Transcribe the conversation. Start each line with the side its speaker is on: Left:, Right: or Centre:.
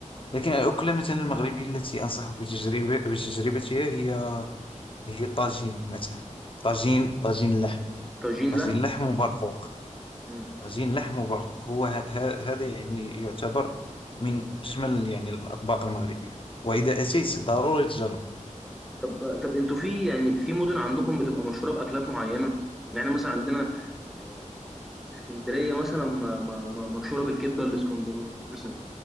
Left: لكن الأكلة مثلا المغربية التي أنصحك بتجربة بتجربتها هي هي طاجين مثلا طاجين طاجين لحم
Centre: طاجين،
Left: طاجين
Centre: لحم؟
Left: لحم وبرقوق
Centre: إمم.
Left: طاجين لحم وبرقوق هو ه- ه- هذا يعني يعتبر من أجمل يعني الأطباق المغربية وإذا أتيت ضروري تجرب
Centre: طب طب أنتم في يعني في مدن عندكم بتبقى مشهورة بأكلات معينة؟ يعني إحنا مثلًا عندنا آآ إسكندرية مثلًا م م م مشهورة بالكبدة الإسكندراني مثلًا،